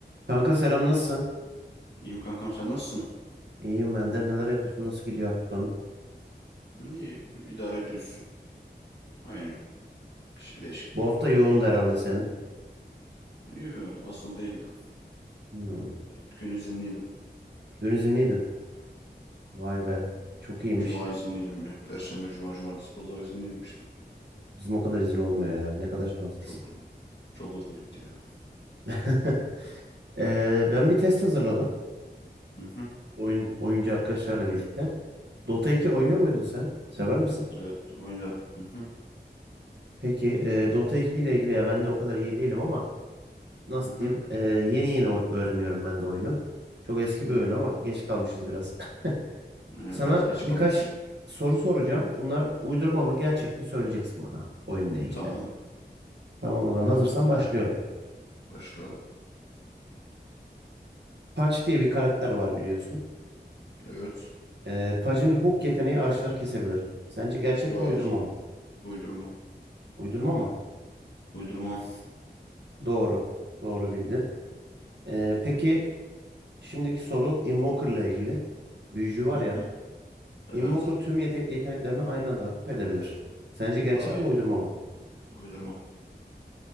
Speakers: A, on the right (about 80°); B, on the left (about 80°).
A: Kanka selam nasılsın?
B: İyiyim kankam sen nasılsın?
A: İyiyim ben de. Neler yapıyorsun? Nasıl gidiyor haftan?
B: İyi idare ediyorsun. Aynı hiçbir değişiklik
A: Bu
B: yok.
A: hafta yoğundu herhalde senin.
B: Yok aslında değildi.
A: Hmm.
B: Dört gün izinliydim.
A: Dün izinliydin. Vay be. Çok iyiymiş.
B: Cuma izinliydim ya. Perşembe, cuma, cumartesi, pazar izinliydim işte.
A: Bizim o kadar izin olmuyor ya. Ne kadar şanslısın.
B: Çok çok hızlı bitti ya.
A: <laughs> Ee, ben bir test hazırladım.
B: Hı hı,
A: Oyun, oyuncu arkadaşlarla birlikte. Dota 2 oynuyor
B: hı hı.
A: muydun sen? Sever misin?
B: Evet oynarım. Hı hı,
A: Peki e, Dota 2 ile ilgili ya ben de o kadar iyi değilim ama nasıl
B: hı hı.
A: diyeyim? E, yeni yeni oy- öğreniyorum ben de oyunu. Çok eski
B: Hadi
A: bir oyun
B: bakalım.
A: ama geç kalmışız biraz. <laughs>
B: Ee,
A: Sana
B: biraz geç
A: birkaç
B: kalmış.
A: soru soracağım. Bunlar uydurma mı gerçek mi söyleyeceksin bana oyunla ilgili.
B: Tamam.
A: Tamam o zaman
B: Tamam
A: hazırsan
B: olur.
A: başlıyorum.
B: Başla.
A: Patch diye bir karakter var biliyorsun.
B: Evet.
A: Ee, Patch'in hook yeteneği ağaçları kesebilir. Sence gerçek
B: Hayır.
A: mi uydurma mı?
B: Uydurma.
A: Uydurma mı?
B: Uydurma.
A: Doğru. Doğru bildin. Ee, peki şimdiki soru Invoker'la ilgili. Büyücü var
B: Hı
A: ya.
B: hı. Evet.
A: Invoker tüm yete- yeteneklerini aynı anda aktif edebilir. Sence gerçek
B: Hayır.
A: mi uydurma mı?
B: Uydurma.